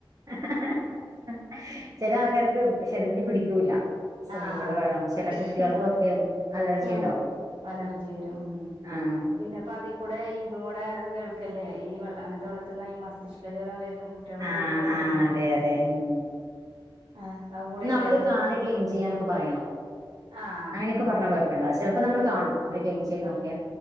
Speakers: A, on the right; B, on the right.
A: ഹ്‌ ഹ്‌ ഹ്‌ ചെല ആൾക്കാർക്ക് ഭക്ഷണം അയ്ന് പിടിക്കൂല്ല സ്വിമ്മിംഗ്
B: ആഹ്
A: പൂളിലെ വെള്ളം ചില കുട്ടികൾക്കൊക്കെ
B: ആ പറ്റില്ല
A: അലർജി
B: ഉം
A: ഉണ്ടാവും
B: അലർജി വരും ഉം
A: ആഹ്
B: പിന്നെപ്പ അതിക് കൂടെ ഇതും കൂടെ കേൾക്കല്ലേ ഈവെള്ള അങ്ങനത്തെ വെള്ളത്തിന്ന ഈ മസ്തിഷ്ക ജ്വലം വരന്ന് അത് കുട്ടിയാൾക്ക്
A: ആഹ്
B: വരുന്ന
A: ആഹ് അതെ അതെ ഉം
B: ആഹ് അതും കൂടി
A: നമ്മള്
B: കേട്ടപ്പോ
A: കാണക്ളീൻ ചിയ് പറയണം
B: ആഹ്
A: അങ്ങനക്കെ പറഞ്ഞ കൊഴപ്പല്ല ചെലപ്പോ നമ്മള് കാണും. അവര് ക്ലീൻ ചെയ്യുന്നൊക്കെ
B: ആഹ്